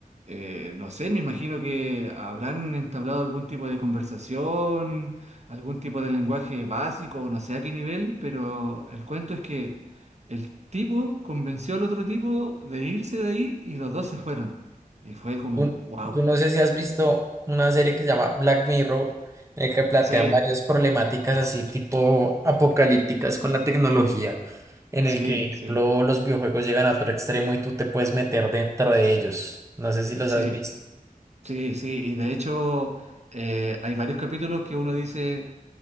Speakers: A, on the right (about 50°); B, on the right (about 20°).
A: eh, no sé, me imagino que habrán entablado algún tipo de conversación, algún tipo de lenguaje básico, no sé a qué nivel, pero el cuento es que el tipo convenció al otro tipo de irse de ahí y los dos se fueron. Y fue como,
B: Tú,
A: wow.
B: tú no sé si has visto una serie que se llama Black Mirror, en el que plantean
A: Sí,
B: varias problemáticas así tipo apocalípticas con la tecnología, en
A: sí,
B: el que, por ejemplo,
A: sí,
B: los videojuegos llegan a otro extremo y tú te puedes meter dentro de ellos. No sé si los
A: sí,
B: has visto.
A: sí, sí. Y de hecho, eh, hay varios capítulos que uno dice.